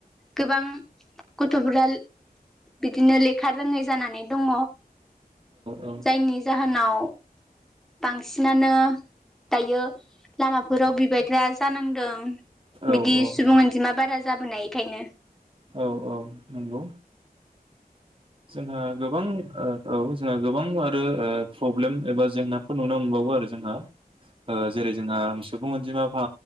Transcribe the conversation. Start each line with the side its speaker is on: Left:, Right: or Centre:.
Centre: गोबां गथ'फोरा बिदिनो लेखा रोंङै जानानै दंङ।
Right: औ
Centre: जायनि जाहोनाव बांसिनानो दायो लामाफोराव बिबायग्रा जानांदों। बिदि
Right: औ औ
Centre: सुबुं अनजिमा बारा ज जाबोनाय खायनो।
Right: औ औ नंगौ जोंहा गोबां ओ औ जोंहा गोबां आरो ओ प्रब्लेम एबा जेंनाफोर नुनो मोनबावो आरो जोंहा। ओ जेरै जोंहा सुबुं अनजिमा बा